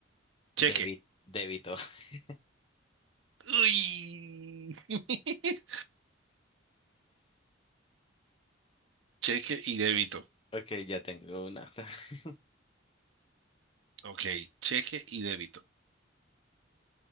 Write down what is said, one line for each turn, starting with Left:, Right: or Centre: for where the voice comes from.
Left: Débito.
Right: Cheque.
Left: Débito. <laughs>
Right: Uy. <laughs> Cheque y débito.
Left: Ok, ya tengo una. <laughs>
Right: Ok, cheque y débito.